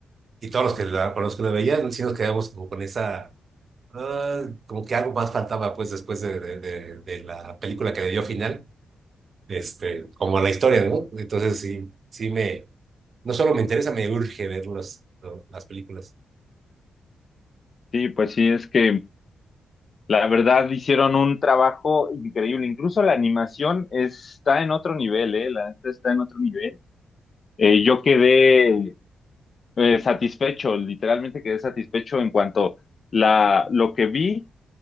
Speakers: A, on the right (about 50°); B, on the left (about 45°).
A: y todos los que la, con los que la veían, sí nos quedamos como con esa, ah, como que algo más faltaba pues después de, de, de- de la película que le dio final, este, como la historia, ¿no? Entonces sí, sí me... No solo me interesa, me urge ver los- lo- las películas.
B: Sí, pues sí, es que la verdad hicieron un trabajo increíble. Incluso la animación está en otro nivel, ¿eh? La neta está en otro nivel. eh, yo quedé eh, satisfecho, literalmente quedé satisfecho en cuanto la, lo que vi,